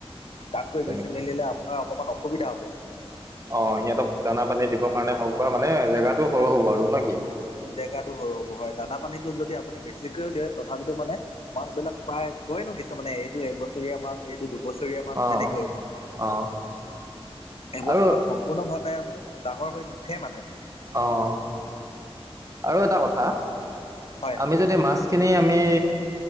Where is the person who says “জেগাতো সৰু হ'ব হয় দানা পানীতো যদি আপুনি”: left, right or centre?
Left